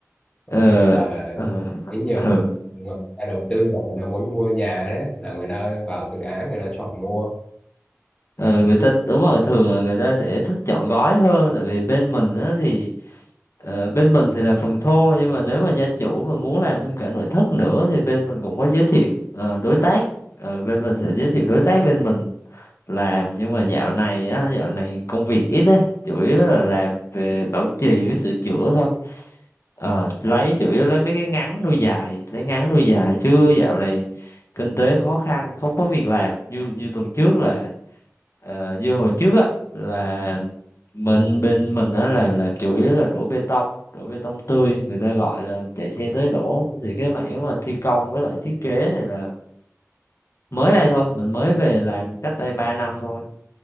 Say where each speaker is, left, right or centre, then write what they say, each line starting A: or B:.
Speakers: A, on the left; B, on the left.
A: Bởi
B: ờ
A: vì bây giờ
B: ờ,
A: cái nhiều
B: ừ.
A: người ta đầu tư hoặc người ta muốn mua nhà đấy là người ta vào dự án người ta chọn mua.
B: Ờ, người ta đúng rồi thường là người ta sẽ thích chọn gói hơn tại vì bên mình á thì ờ, bên mình thì làm phần thô nhưng mà nếu mà gia chủ mà muốn làm thêm cả nội thất nữa thì bên mình cũng có giới thiệu ờ, đối tác Ờ, bên mình sẽ giới thiệu đối tác bên mình làm nhưng mà dạo này á dạo này công việc ít ấy chủ yếu là làm về bảo trì với sửa chữa thôi Ờ, lấy chủ yếu lấy mấy cái ngắn nuôi dài lấy ngắn nuôi dài chứ dạo này kinh tế khó khăn không có việc làm như như tuần trước là ờ, như hồi trước á là mình bên mình á là là chủ yếu là đổ bê tông đổ bê tông tươi người ta gọi là chạy xe tới đổ thì cái mảng mà thi công với lại thiết kế này là mới đây thôi mình mới về làm cách đây 3 năm thôi